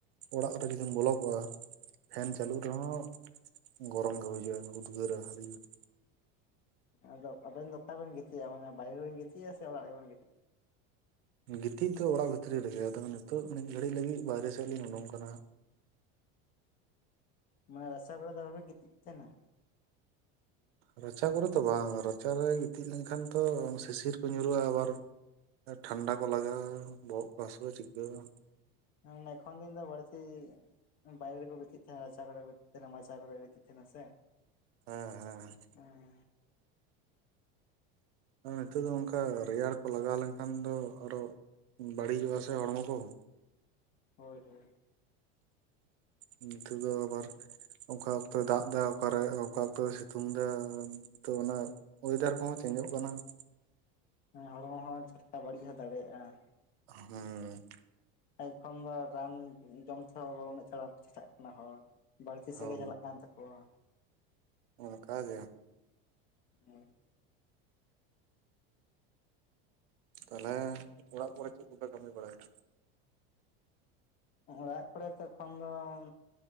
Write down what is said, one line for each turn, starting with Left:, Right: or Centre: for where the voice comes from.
Right: ᱚᱲᱟᱜ ᱠᱚᱨᱮ, ᱡᱩᱫᱤᱢ ᱵᱚᱞᱚ ᱠᱚᱜᱼᱟ ᱾ ᱯᱷᱮᱱ
Left: ᱦᱩᱸ
Right: ᱪᱟᱹᱞᱩᱜ ᱨᱮᱦᱚᱸ, ᱜᱚᱨᱚᱢ ᱜᱮ ᱵᱩᱡᱷᱟᱹᱜᱼᱟ ᱾ ᱩᱫᱽᱜᱟᱹᱨᱟ ᱟᱹᱰᱤ ᱡᱩᱨ, ᱾
Left: ᱟᱫᱚ ᱟᱵᱮᱱ ᱫᱚ, ᱚᱠᱟ ᱨᱮᱵᱮᱱ ᱜᱤᱛᱤᱡᱼᱟ? ᱢᱟᱱᱮ ᱵᱟᱭᱨᱮ ᱨᱮᱵᱮᱱ ᱜᱤᱛᱤᱡᱼᱟ, ᱥᱮ ᱚᱲᱟᱜ ᱨᱮᱵᱮᱱ ᱜᱤᱛᱤᱡᱼᱟ?
Right: ᱜᱤᱛᱤᱡ ᱫᱚ, ᱚᱲᱟᱜ ᱵᱷᱤᱛᱨᱤ ᱨᱮᱜᱮ, ᱟᱫᱚ ᱱᱤᱛᱚᱜ, ᱢᱤᱫ ᱜᱷᱟᱹᱲᱤᱡ ᱞᱟᱹᱜᱤᱫ, ᱵᱟᱦᱨᱮ ᱥᱮᱫ ᱞᱤᱧ ᱩᱰᱩᱝ ᱟᱠᱟᱱᱟ ᱾ ᱦᱟᱸᱟᱜ
Left: ᱢᱟᱱᱮ, ᱨᱟᱪᱟ ᱠᱚᱨᱮ ᱫᱚ <unintelligible> ᱵᱟᱵᱤᱱ ᱜᱤᱛᱤᱡ ᱠᱟᱱᱟ ᱾
Right: ᱨᱟᱪᱟ ᱠᱚᱨᱮ ᱫᱚ ᱵᱟᱝ, ᱨᱟᱪᱟ ᱨᱮ ᱜᱤᱛᱤᱡ ᱞᱮᱱᱠᱷᱟᱱ ᱛᱚ, ᱥᱤᱥᱤᱨ ᱠᱚ ᱧᱩᱨᱩᱜᱼᱟ ᱾ ᱟᱵᱟᱨ- ᱴᱷᱟᱱᱰᱟ ᱠᱚ ᱞᱟᱜᱟᱜᱼᱟ ᱾ ᱵᱚᱦᱚᱜ ᱠᱚ ᱦᱟᱹᱥᱩᱜᱼᱟ ᱾ ᱪᱤᱠᱟᱜᱼᱟ?
Left: ᱦᱮ ᱮᱠᱷᱚᱱ ᱫᱤᱱ <unintelligible> ᱫᱚ ᱵᱟᱹᱲᱛᱤ ᱵᱟᱭᱨᱮ ᱨᱮᱠᱚ ᱜᱤᱛᱤᱡ ᱠᱟᱱᱟ, ᱨᱟᱪᱟ ᱠᱚᱨᱮ ᱠᱚ, ᱜᱤᱛᱤᱡ ᱠᱟᱱᱟ, ᱢᱟᱪᱟ ᱠᱚᱨᱮ ᱠᱚ, ᱜᱟᱛᱤᱡ ᱠᱟᱱᱟ ᱥᱮ?
Right: ᱦᱮᱸᱻ, ᱦᱮᱸ, ᱾
Left: ᱦᱮᱸᱻ,
Right: ᱦᱚᱸ, ᱱᱤᱛᱚᱜ ᱫᱚ ᱚᱱᱠᱟ ᱨᱮᱭᱟᱲ ᱠᱚ, ᱞᱟᱜᱟᱣ ᱞᱮᱱᱠᱷᱟᱱ ᱫᱚ, ᱟᱨᱚ ᱵᱟᱹᱲᱤᱡᱚᱜᱼᱟ ᱥᱮ? ᱦᱚᱲᱢᱚ ᱠᱚ ᱾
Left: ᱦᱳᱭ, ᱦᱳᱭ ᱾
Right: ᱠᱤᱻᱪᱤ-ᱠᱤᱼᱪᱤ-ᱠᱤᱼᱪᱤ ᱠᱤᱼᱪᱤ-ᱠᱤᱼᱪᱤ-ᱠᱤ-ᱪᱤᱻᱻᱻᱻᱻ <unintelligible> ᱱᱤᱛᱚᱜ ᱫᱚ ᱟᱵᱟᱨ <unintelligible> ᱚᱠᱟ ᱚᱠᱛᱚᱭ ᱫᱟᱜ ᱮᱫᱟ, ᱚᱠᱟᱨᱮ? ᱚᱠᱟ ᱚᱠᱛᱚᱭ ᱥᱤᱛᱩᱝ ᱮᱫᱟ ᱛᱚ, ᱚᱱᱟ, ᱳᱭᱮᱫᱟᱨ ᱠᱚᱦᱚᱸ ᱪᱮᱧᱡᱚᱜ ᱠᱟᱱᱟ ᱾
Left: ᱦᱮᱸ, ᱦᱚᱲᱢᱚ ᱦᱚᱸ ᱥᱚᱠᱛᱚ, ᱵᱟᱹᱲᱤᱡ ᱦᱚᱸ ᱫᱟᱲᱮᱭᱟᱜᱼᱟ ᱾
Right: ᱦᱩᱸᱻ᱾
Left: ᱮᱱᱠᱷᱚᱱ ᱫᱚ ᱨᱟᱱ ᱡᱚᱢ <unintelligible> ᱩᱱᱟᱹᱜ <unintelligible> ᱠᱟᱱᱟ ᱦᱚᱲ ᱾ ᱵᱟᱹᱲᱛᱤ
Right: ᱦᱳᱭ
Left: ᱥᱮᱫ ᱜᱮ, ᱪᱟᱞᱟᱜ ᱠᱟᱱ ᱛᱟᱠᱚᱣᱟ ᱾
Right: ᱚᱱᱠᱟ ᱜᱮ ᱾
Left: ᱦᱳᱭ ᱾
Right: ᱛᱟᱦᱚᱞᱮ, ᱚᱲᱟᱜ ᱠᱚᱨᱮ ᱪᱮᱫ? ᱠᱚᱯᱮ ᱠᱟᱹᱢᱤ ᱵᱟᱲᱟᱭᱮᱫᱟ ᱾
Left: ᱚᱲᱟᱜ ᱠᱚᱨᱮ, ᱛᱚᱠᱷᱚᱱ ᱫᱚᱢ